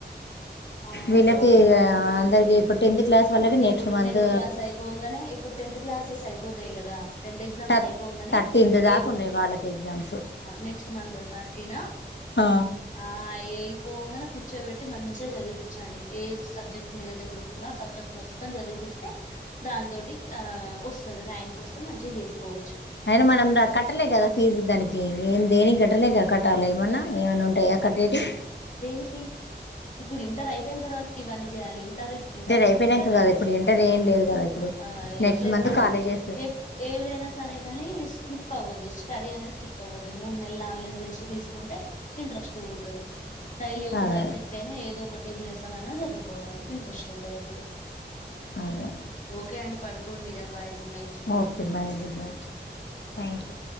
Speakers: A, on the left; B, on the left.
A: ఆ
B: విళ్ళకిగా
A: అవును
B: అందరి ఇగ ఇప్పుడు టెన్త్ క్లాస్ వాళ్ళకి
A: ఇప్పుడు
B: నెక్స్ట్ మంత్
A: టెన్త్ క్లాస్ అయిపొంగానే ఇప్పుడు టెన్త్ క్లాసెస్ అయిపోతాయి కదా టెన్ ఎగ్జామ్స్
B: థర్
A: అయిపొంగా
B: థర్టీన్త్ దాకా
A: ఏ
B: ఉన్నాయి వాళ్ళకి ఎగ్జామ్స్
A: నెక్స్ట్ మంత్ తర్టీన
B: ఆ
A: ఆ అయి అయిపొంగనే కూర్చోబెట్టి మంచిగా చదిపించండి ఏ సబ్జెక్ట్ మీదయితే గ్రీప్ ఉందో ఆ సబ్జెక్ట్ మొత్తం చదిపిస్తే దానితోటి ఆ వస్తది ర్యాంక్ వస్తే మంచిగా చేసుకోవచ్చు
B: అయినా మనం కట్టలే కదా ఫీజు దానికి ఏం దేనికి కట్టలే కదా కట్టాల ఏమన్నా ఏమన్నా ఉంటాయా కట్టేటియి
A: దేనికి ఇప్పుడు ఇంటర్ అయిపోయిన తర్వాతకి ఇవన్నీ చేయాలి ఇంటర్ ఇప్పుడు ఇంటర్ అప్పుడు
B: అయిపోయినాక
A: ఇంటర్ దే
B: కదా
A: తీసుకో
B: ఇప్పుడు ఇంటర్ ఏం లేదు కదా ఇప్పుడు
A: ఆ ఏం
B: నెక్స్ట్
A: లేదు
B: మంత్
A: కాని
B: కాలేజెస్
A: ఇప్ ఏదైనా సరే కాని స్కిప్ అవ్వదు స్టడీ అనేది స్కిప్ అవ్వొద్దు ఈ మూడు నెలలు నాలుగు నెలలు రెస్ట్ తీసుకుంటే ఇంట్రెస్ట్ పోతది డైలీ ఒక్క
B: అదే
A: సబ్జెక్ట్ అయినా ఏదో ఒకటి లేసన్ అన్న చదువ్ కొవాలి ఇంట్రెస్ట్ ఉంటది అప్పుడు
B: అదే
A: ఓకే అండి పడుకొండిగా బాయ్ గుడ్ నైట్
B: ఓకే మరి గుడ్ నైట్ థ్యాంక్ యూ